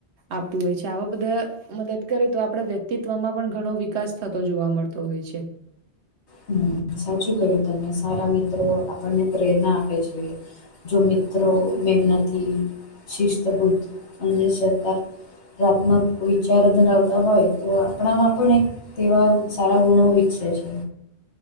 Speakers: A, on the right; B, on the left.
A: આપતું હોય છે આવા બધા મદદ કરે તો આપણા વ્યક્તિત્વમાં પણ ઘણો વિકાસ થતો જોવા મળે. તો હોય છે.
B: હમ્મ, સાચું કહ્યું તમે. સારા મિત્રો આપણને પ્રેરણા આપે છે. જો મિત્રો મહેનતી, શિસ્ત બુદ્ધ, <unintelligible> પ્રાત્મક વિચાર ધરાવતા હોય તો આપણામાં પણ એક તેવા સારા ગુણો વિકસે છે.